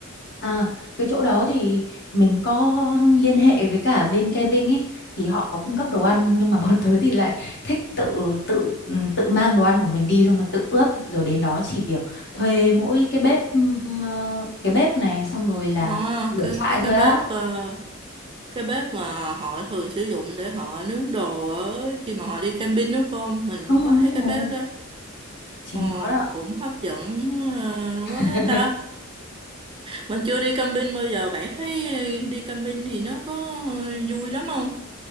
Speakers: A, on the left (about 55°); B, on the right (about 25°).
A: À, cái chỗ đó thì mình có liên hệ với cả bên camping ấy thì họ có cung cấp đồ ăn nhưng mà <laughs> bọn tớ thì lại thích tự tự ừ, tự mang đồ ăn của mình đi xong rồi tự ướp rồi đến đó chỉ việc thuê mỗi cái bếp ừm, ờ, cái bếp này xong rồi là
B: À,
A: lửa
B: cái
A: trại
B: cái
A: thôi
B: cái bếp
A: á
B: ờ, cái bếp mà họ thường sử dụng để họ nướng đồ ở khi mà họ đi camping đúng không? Mình
A: đúng
B: cũng
A: rồi
B: có
A: đúng
B: thấy
A: rồi
B: cái bếp đó.
A: chính
B: Ồ,
A: nó đó
B: cũng hấp dẫn ờ,
A: <laughs>
B: quá ha ta. Mình chưa đi camping bao giờ. Bạn thấy đi camping thì nó có ờ, vui lắm không?